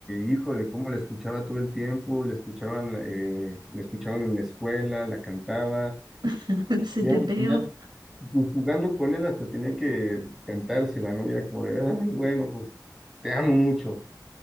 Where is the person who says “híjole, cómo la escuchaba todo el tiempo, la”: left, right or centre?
Centre